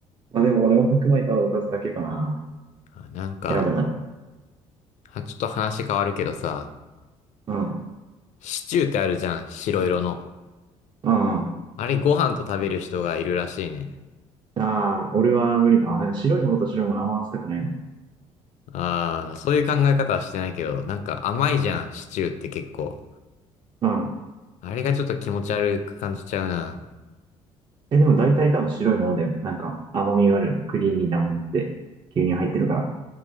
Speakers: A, on the right (about 25°); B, on the left (about 45°).
A: まあ、でも俺も白米とおかずだけかな。
B: あなんか、
A: 選ぶなら。
B: あちょっと話変わるけどさ、
A: うん。
B: シチューってあるじゃん、白色の。
A: うん。あ
B: あれご飯と食べる人がいるらしいね。
A: あ、俺は無理だわ。なんか白いものと白いものあんま合わせたくないの。
B: ああ、そういう考え方はしてないけど、なんか甘いじゃん、シチューって結構。
A: うん。
B: あれがちょっと気持ち悪く感じちゃうな。
A: え、でも大体多分白いものだよ。なんか甘みがある、クリーミーなものって、牛乳入ってるか